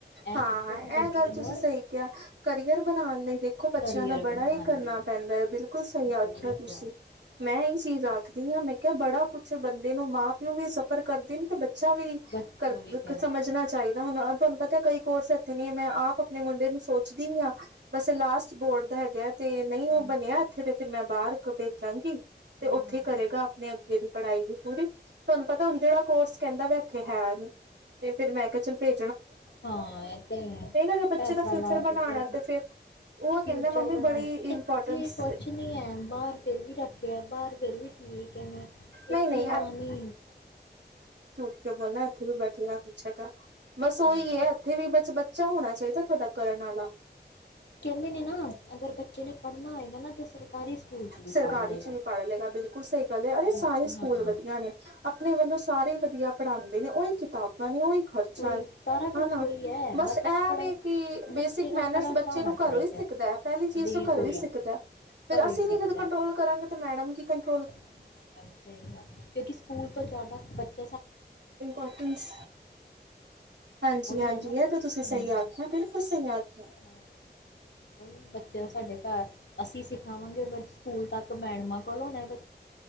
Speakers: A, on the left; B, on the right.
A: ਇਹ
B: ਹਾਂ-ਹਾਂ,
A: ਚੱਕਰ ਵੀ ਵਧੀਆ
B: ਏਹ ਗੱਲ
A: ਹੋਰ
B: ਤੁਸੀਂ ਸਹੀ ਕਿਹਾ, ਕਰੀਅਰ ਬਣਾਉਣ ਲਈ ਦੇਖ ਦੇਖੋ ਬੱਚਿਆਂ
A: ਕਰੀਅਰ
B: ਨੂੰ ਬੜਾ
A: ਬਣਾਉਣ
B: ਹੀ ਕਰਨਾ
A: ਲਈ
B: ਪੈਂਦਾ ਐ, ਬਿਲਕੁਲ ਸਹੀ ਆਖਿਆ
A: ਬਹੁਤ
B: ਤੁਸੀਂ ਮੈਂ ਇਹੀ ਚੀਜ਼ ਆਖਦੀ ਆ, ਮੈਂ ਕਿਹਾ ਬੜਾ ਕੁਛ ਦੇ ਨੂੰ ਮਾਂ ਪਿਓ ਵੀ ਸਫ਼ਰ ਕਰਦੇ ਨੇ ਤੇ ਬੱਚ ਅੱਛਾ ਵੀ,
A: ਬੱਚਾ
B: ਕਰ
A: ਵੀ ਕਰਦਾ
B: ਸਮਝਣਾ
A: ਹੈ।
B: ਚਾਹੀਦਾ ਹੁਣ ਤੁਹਾਨੂੰ ਪਤਾ ਕਈ ਕੋਰਸ ਇੱਥੇ ਨਈਂ ਆ। ਮੈਂ ਆਪ ਆਪਣੇ ਮੁੰਡੇ ਨੂੰ ਸੋਚਦੀ ਆ, ਬਸ ਲਾਸਟ ਬੋਰਡ ਦਾ ਹੈਗਾ ਆ। ਤੇ ਨਈ
A: ਹਾਂਜੀ
B: ਉਹ ਬਣਿਆ ਇੱਥੇ ਤੇ ਫਿਰ ਮੈਂ ਬਾਹਰ ਭੇਜਾਂਗੀ ਤੇ ਉੱਥੇ
A: ਹਾਂ
B: ਹੀ ਕਰੇਗਾ, ਆਪਣੇ ਅੱਗੇ ਦੀ ਪੜ੍ਹਾਈ ਵੀ ਪੂਰੀ। ਤੁਹਾਨੂੰ ਪਤਾ ਹੁਣ ਜਿਹੜਾ ਕੋਰਸ ਕਹਿੰਦਾ ਵੀ ਐਥੇ ਹੈ ਨੀ, ਤੇ ਫਿਰ ਮੈਂ ਕਿਹਾ ਚਲ ਭੇ
A: ਹਾਂ ਇਹ ਤੇ ਹੈ,
B: ਜੇ ਬੱਚੇ
A: ਪੈਸਾ
B: ਦਾ ਫਿਊਚਰ
A: ਲਾ
B: ਬਣਾਉਣਾ
A: ਕੇ ਫਿਰ,
B: ਤੇ ਉਹ ਕਹਿੰਦਾ
A: ਫਿਊਚਰ
B: ਮੰਮੀ
A: ਬਣਾਉਣਾ।
B: ਬੜੀ ਇੰਪੋਰਟੈਂਸ
A: ਇੱਥੇ ਕੁਛ ਨੀ ਐ, ਬਾਹਰ ਫਿਰ ਵੀ ਰੱਖਿਆ, ਬਾਹਰ ਫਿਰ ਵੀ ਠੀਕ ਐ। ਮੈਂ
B: ਨਹੀਂ
A: ਇੱਥੇ
B: ਨਹੀਂ
A: ਇਨਾ ਨੀ।
B: ਕੇ ਬੋਲਾ, ਇੱਥੇ ਵੀ ਬਥੇਰਾ ਕੁਛ ਹੈਗਾ। ਸੋ
A: ਹਾਂਜੀ
B: ਈ ਐ, ਇੱਥੇ ਵੀ ਬਸ ਬਚ ਅੱਛਾ ਹੋਣਾ ਚਾਹੀਦਾ, ਤੁਹਾਡਾ ਕਰਨ ਆਲਾ।
A: ਕਹਿੰਦੇ ਨੇ ਨਾ, ਅਗਰ ਬੱਚੇ ਨੇ ਪੜ੍ਹਨਾ ਹੋਏਗਾ ਨਾ ਤੇ ਸਰਕਾਰੀ ਸਕੂਲ ਚ ਵੀ
B: ਸਰਕਾਰੀ
A: ਪੜ੍ਹ ਲਏਗਾ।
B: ਚ ਵੀ ਪੜ੍ਹ ਲਏਗਾ ਬਿਲਕੁਲ ਸਹੀ ਗੱਲ ਹੈ, ਅਰੇ ਸਾਰੇ
A: ਹਾਂ
B: ਸਕੂਲ
A: ਹਾਂ
B: ਵਧੀਆ ਨੇ ਆਪਣੇ ਵੱਲੋਂ ਸਾਰੇ ਵਧੀਆ ਪੜ੍ਹਾਉਂਦੇ ਨੇ ਓਹੀ ਕਿਤਾਬਾਂ ਨੇ ਉਈ ਖਰਚ
A: ਉਹੀ ਸਾਰਾ ਕੁਛ
B: ਹਨਾ,
A: ਉਹੀ ਹੈ
B: ਬਸ
A: ਇੱਕ
B: ਐਵੇ
A: ਪੜ੍ਹਨ
B: ਕਿ ਬੇਸਿਕ
A: ਬੱਚੇ ਦਾ
B: ਮੈਨਰਸ
A: ਪੜ੍ਹਨ
B: ਬੱਚੇ
A: ਦਾ ਹੋਣਾ
B: ਨੂੰ
A: ਚਾਹੀਦਾ
B: ਘਰੋਂ ਈ ਸਿੱਖਦਾ, ਪਹਿਲੀ ਚੀਜ਼
A: ਬਿਲਕੁਲ
B: ਤੋਂ ਘਰੋਂ ਈ ਸਿੱਖਦਾ,
A: ਘਰੋਂ
B: ਫ਼ੇਰ ਅਸੀਂ
A: ਹੀ ਸਿੱਖਦਾ
B: ਨੀ ਜਦ ਕੰਟਰੋਲ ਕਰਾਂਗੇ ਤਾਂ ਮੈਡਮ ਕੀ ਕੰਟ
A: ਮੈਡਮ ਸਹੀ ਗੱਲ ਐ, ਕਿਉਂਕਿ ਸਕੂਲ ਤੋਂ ਜ਼ਿਆਦਾ ਬੱਚੇ
B: ਇੰਪੋਰਟੈਨਸ, ਹਾਂਜੀ
A: ਉਹੀ
B: ਹਾਂਜੀ
A: ਹੈ ਨਾ
B: ਏਹ ਤਾਂ ਤੁਸੀਂ
A: ਹਮ
B: ਸਹੀ ਆਖਿਆ, ਬਿਲਕੁਲ ਸਹੀ ਆਖਿਆ।
A: ਹਾਂ ਉਹੀ ਬੱਚੇ ਸਾਡੇ ਘਰ, ਅਸੀਂ ਸਿਖਾਵਾਂਗੇ ਬਟ ਸਕੂਲ ਤੱਕ ਮੈਡਮਾਂ ਕੋਲੋਂ ਹੋਣੇ